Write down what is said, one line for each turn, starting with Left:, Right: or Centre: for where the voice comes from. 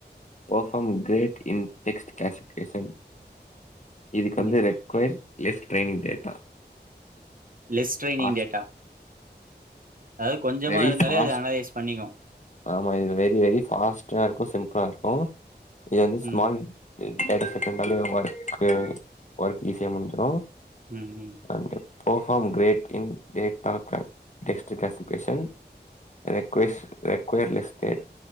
Left: perform great in text classification இதுக்கு வந்து
Right: ம்
Left: ரெட்க்வ்ய்ர் less training data
Right: less training
Left: fast
Right: data அதாவ் கொஞ்சமாக
Left: வெரி
Right: இருந்தாலே
Left: ஃபாஸ்ட்
Right: அது அனலைஸ் பண்ணிக்கு
Left: ஆமா இது வெரி வெரி ஃபாஸ்ட்டா இருக்கு சிம்பிளா இருக்கு இது வந்து ஸ்மால்
Right: ம்
Left: எ தாடு செகண்டாலே அவ் வர்க்கு வர்க் ஈஸியா முடிஞ்சிரு
Right: ம்ம்
Left: அங்கே பர்ஃபாம் க்ரேட் இன் வந்து டேட்டா க்ல டெஸ்ட்டு க்ளாஸிஃபிக்கேஷன் ரெக்வஸ்ட் ரெவர்லிஸ்டேட்